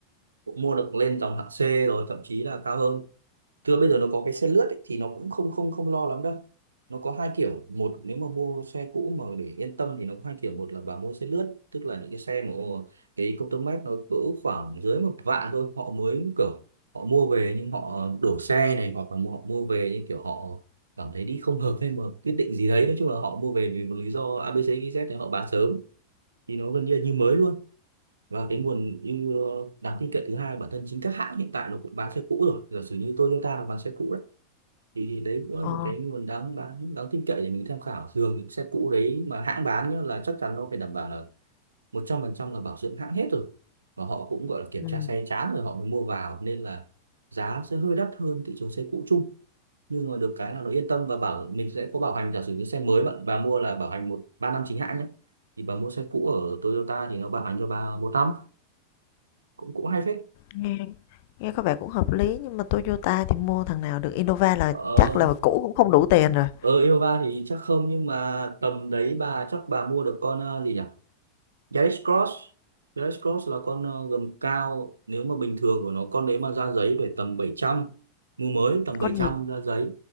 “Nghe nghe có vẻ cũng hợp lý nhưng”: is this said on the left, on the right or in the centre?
Left